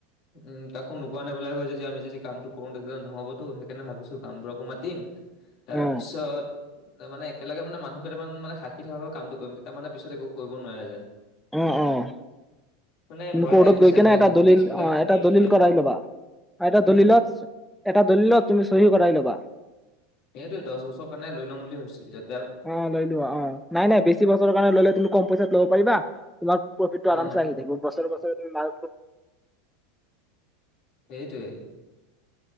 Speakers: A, on the left; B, in the centre.
A: উম, কাকো নোকোৱা নেবেলাক যদি আমি যদি কামটো কৰো তেতিাহলে নহ'বতো সেই সেইকাৰণনে ভাবিছোঁ গামবোৰাকো মাতিম তাৰপিছত
B: অ
A: মানে একেলগে মানে মানুহ কেইটামান মানে সাক্ষী থকাকৈ কামটো কৰিম তেতিয়া মানে পিছত একো কৰিব নোৱাৰে যেন।
B: অ', অ'।
A: মানে ভয়
B: ক'ৰ্ডত
A: লাগে বুজিছা
B: গৈ কিনে
A: এনেকুৱা
B: এটা
A: বহুত
B: দলিল,
A: কেছ বিলাক
B: অ'
A: শুনি
B: এটা
A: আছো
B: দলিল
A: যে
B: কৰাই
A: মই
B: ল'বা, এটা
A: হম
B: দলিলত এটা দলিলত তুমি চহী কৰাই ল'বা।
A: সেইটোৱে দহবছৰৰ কাৰণে লৈ ল'ম বুলি ভাবছিলো যে
B: অ' লৈ লোৱা, অ' নাই নাই বেছি বছৰৰ কাৰণে লৈ ললে তুমি কম পইচাত ল'ব পাৰিবা, তোমাক প্ৰফিটটো
A: অ'
B: আৰামচে আহি থাকিব, বছৰে বছৰে তুমি মাছ
A: সেইটোৱেই।